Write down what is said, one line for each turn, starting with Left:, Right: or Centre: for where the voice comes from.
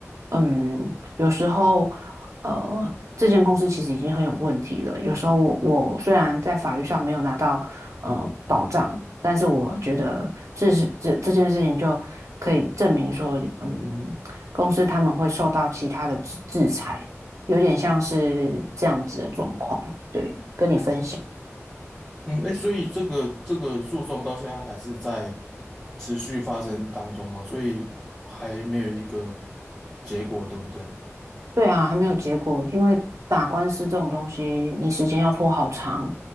Right: 嗯，有时候，呃，这间公司其实已经很有问题了。有时候我，我虽然在法律上没有拿到呃保障，但是我觉得这是这这件事情就可以证明说，嗯。公司他们会受到其他的制制裁，有点像是这样子的状况。对，跟你分享。
Centre: 嗯，哎，所以这个这个诉讼到现在还是在。持续发生当中嘛，所以还没有一个结果，对不对？
Right: 对啊，还没有结果，因为打官司这种东西，你时间要拖好长，